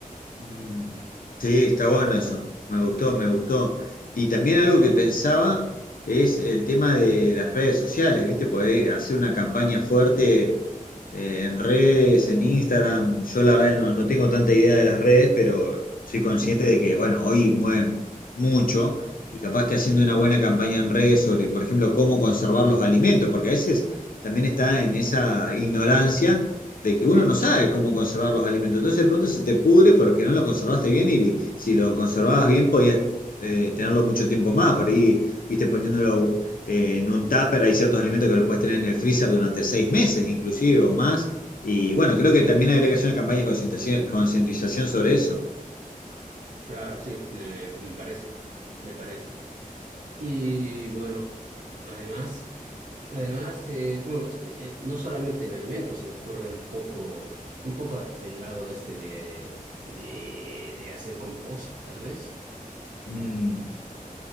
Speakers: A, on the left (about 70°); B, on the right (about 60°).
A: Mm. Sí, está bueno eso. Me gustó, me gustó. Y también algo que pensaba es el tema de las redes sociales, ¿viste? Poder hacer una campaña fuerte eh, en redes, en Instagram. Yo la verdad no, no tengo tanta idea de las redes, pero soy
B: Ujú.
A: consciente de que, bueno, hoy mueven mucho y capaz que haciendo una buena campaña en redes sobre, por ejemplo, cómo conservar los alimentos, porque a veces también está en esa ignorancia de que uno
B: Sí,
A: no sabe cómo conservar los alimentos. Entonces de pronto se te pudre porque no lo conservaste bien y si lo conservabas bien podías eh, tenerlo mucho tiempo más. Por ahí, viste, poniéndolo eh, en un tupper, hay ciertos alimentos que los puedes tener en el freezer durante seis meses inclusive o más. Y bueno, creo
B: sí,
A: que también habría que hacer una campaña de concientización concientización sobre eso.
B: claro, sí, me, me parece, me parece. Y bueno, además... Además, es, bueno, es- eh, no solamente en alimentos, se me ocurre un poco, un poco el lado este de, de, de hacer compost, tal vez.
A: Mm,